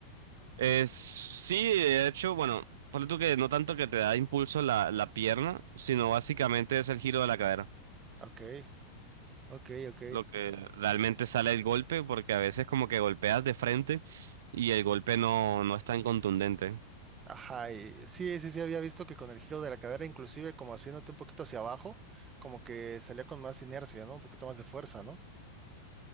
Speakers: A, on the right (about 60°); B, on the right (about 25°).
A: Eh, sí, de hecho, bueno, ponle tú que no tanto que te da impulso la, la pierna, sino básicamente es el giro de la cadera,
B: Ok, ok, ok.
A: lo que realmente sale el golpe, porque a veces como que golpeas de frente y el golpe no, no es tan contundente.
B: Ajá, y sí, sí, sí, había visto que con el giro de la cadera, inclusive como haciéndote un poquito hacia abajo, como que salía con más inercia, ¿no? Un poquito más de fuerza, ¿no?